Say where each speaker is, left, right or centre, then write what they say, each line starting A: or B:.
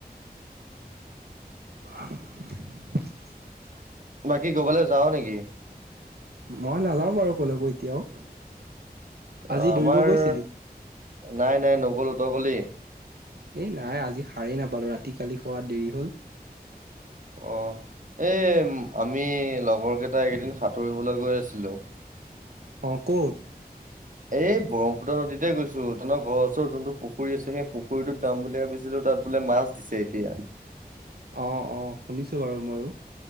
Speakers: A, on the right; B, on the right.
A: <inaudible>
B: বাকী কৰবালৈ যাও নেকি?
A: মই নাযাওঁ বাৰ ক'লৈকোঁ এতিয়াও আজি
B: অ আমাৰ
A: দৌৰিব গৈছিলি?
B: নাই নাই নগল। তই গলি?
A: এই নাই আজি সাৰেই নাপালো ৰাতি কালি খোৱাত দেৰি হ'ল।
B: অ এই আমি লগৰ কেইটাই এইকেইদিন সাঁতুৰিবলৈ গৈ আছিলো।
A: অ, কত?
B: এই ব্ৰহ্মপুত্ৰ নদীতে গৈছো, তহঁনৰ ঘৰ ওচৰৰ জুনটো পুুখুৰী আছে, সেই পুখুৰীটোত যাম বুলি ভাবিছিলো তাত বোলে মাছ দিছে এতিয়া।
A: অ অ শুনিছো বাৰু ময়ো।